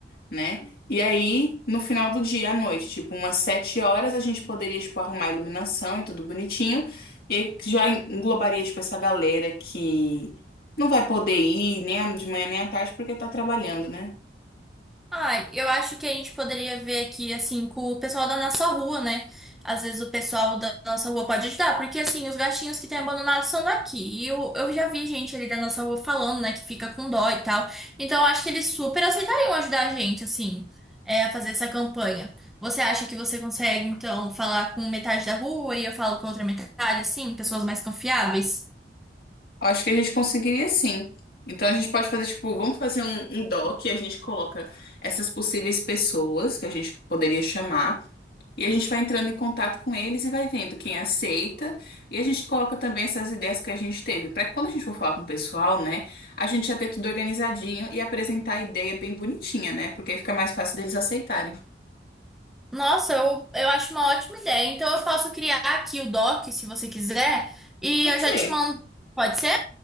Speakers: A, on the left; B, in the centre.
A: né? E aí, no final do dia, à noite, tipo umas sete horas, a gente poderia, tipo, arrumar a iluminação e tudo bonitinho. E aí já englobaria, tipo, essa galera que não vai poder ir nem a- de manhã nem à tarde porque tá trabalhando, né?
B: Ah, eu acho que a gente poderia ver aqui, assim, com o pessoal da nossa rua, né? Às vezes o pessoal da nossa rua pode ajudar, porque, assim, os gatinhos que têm abandonado são daqui. E eu, eu já vi gente ali da nossa rua falando, né, que fica com dó e tal. Então, eu acho que eles super aceitariam ajudar a gente, assim, é, a fazer essa campanha. Você acha que você consegue, então, falar com metade da rua e eu falo com outra metade, assim, pessoas mais confiáveis?
A: Eu acho que a gente conseguiria sim. Então a gente pode fazer, tipo, vamos fazer um, um doc, a gente coloca essas possíveis pessoas que a gente poderia chamar. E a gente vai entrando em contato com eles e vai vendo quem aceita. E a gente coloca também essas ideias que a gente teve, para que quando a gente for falar com o pessoal, né, a gente já ter tudo organizadinho e apresentar a ideia bem bonitinha, né? Porque aí fica mais fácil deles aceitarem.
B: Nossa, eu, eu acho uma ótima ideia. Então eu posso criar aqui o doc, se você quiser, e
A: Pode
B: eu já
A: ser.
B: te mando. Pode ser?